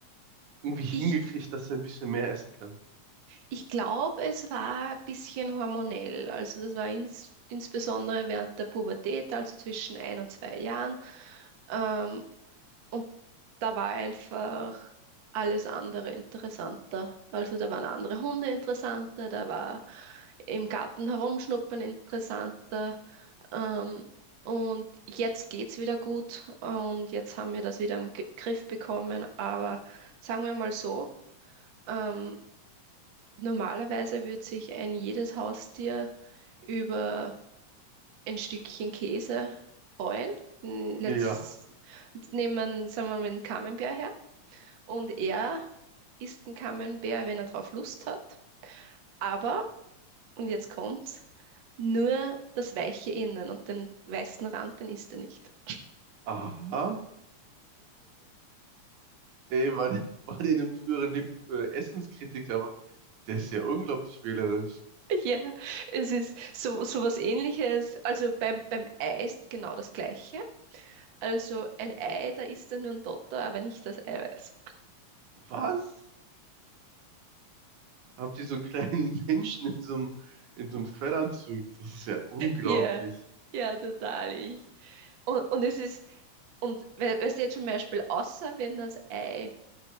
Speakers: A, on the right; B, on the right.
A: irgendwie hingekriegt,
B: ich,
A: dass er ein bisschen mehr essen kann?
B: Ich glaube, es war ein bisschen hormonell. Also das war ins, insbesondere während der Pubertät, also zwischen ein und zwei Jahren. Ähm, und da war einfach alles andere interessanter. Also da waren andere Hunde interessanter, da war im Garten herumschnuppern interessanter. Ähm, und jetzt geht's wieder gut und jetzt haben wir das wieder im G Griff bekommen. Aber sagen wir mal so, ähm, Normalerweise würde sich ein jedes Haustier über ein Stückchen Käse freuen. N-
A: Nee,
B: Let's
A: Ja.
B: nehmen, sagen wir mal, einen Camembert her. Und er isst einen Camembert, wenn er drauf Lust hat. Aber, und jetzt kommt's, nur das weiche Innen und den weißen Rand, den isst er nicht. <laughs>
A: Aha. Ey, war, war der in einem früheren Leben äh, Essenskritiker? Der ist ja unglaublich wählerisch.
B: Ja, es ist so, so was Ähnliches. Also beim, beim Ei ist genau das Gleiche. Also ein Ei, da isst er nur ein Dotter, aber nicht das Eiweiß.
A: Was? habt ihr so einen kleinen <laughs> Menschen in so einem, in so einem Fellanzug. Das ist ja unglaublich.
B: Ja, ja, total. Ich. Und, und es ist, und we- weißt du jetzt zum Beispiel, außer wenn das Ei,